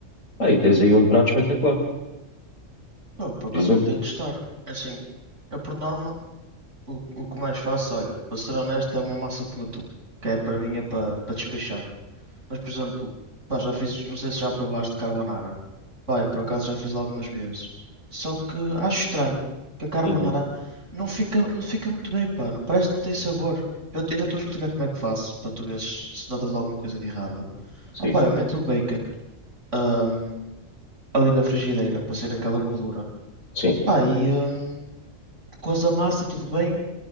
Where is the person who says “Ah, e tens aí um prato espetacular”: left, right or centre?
Left